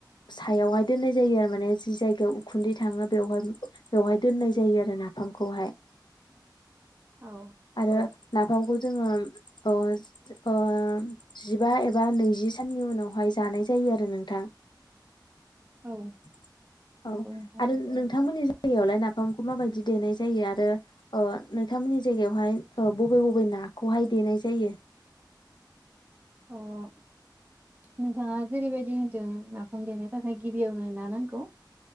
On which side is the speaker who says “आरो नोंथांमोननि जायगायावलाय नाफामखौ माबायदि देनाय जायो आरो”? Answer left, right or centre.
Left